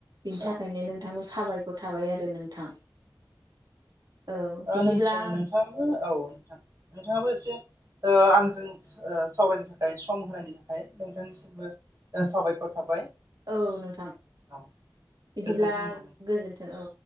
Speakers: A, on the right; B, on the right.
A: बिनि थाखायनो
B: औ
A: नोंथांखौ साबायखर थाबाय आरो नोंथां औ
B: थि
A: बिदिब्ला
B: नोंथाङाबो औ नोंथां नोंथाङाबो एसे आं जों सावरायनो थाखाय सम होनायनि थाखाय नोंथांनिसिमबो साबायखर थाबाय
A: औ नोंथां
B: औ
A: बिदिब्ला
B: गोजोन्थों होनबा नोंथां औ
A: गोजोन्थों औ